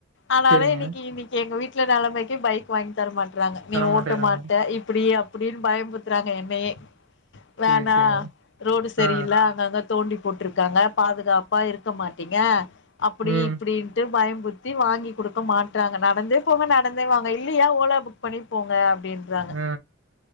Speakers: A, on the left (about 65°); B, on the right (about 75°).
A: ஆனால
B: சரிங்க.
A: இன்னிக்கு இன்னிக்கு எங்க வீட் <unintelligible> நிலைமைக்கு பைக் வாங்கி தர மாட் நீ
B: தரமாட்டேறாங்க.
A: ஓட்ட மாட்ட இப்படியே அப்படின்னு பயம்புடுத்துறாங்க என்னையே வேணா
B: சரி, சரிங்க.
A: ரோடு சரியில
B: ஆ.
A: அங்கங்க தோண்டி போட்டுருக்காங்க பாதுகாப்பா இருக்க மாட்டீங்க அப்புடி
B: ம்.
A: இப்புடின்ட்டு பயம் முருத்தி வாங்கி குடுக்க மாட்றாங்க நடந்தே போங்க நடந்தே வாங்க இல்லையா ஓலா புக் பண்ணி போங்க அப்டின்றாங்க
B: அ.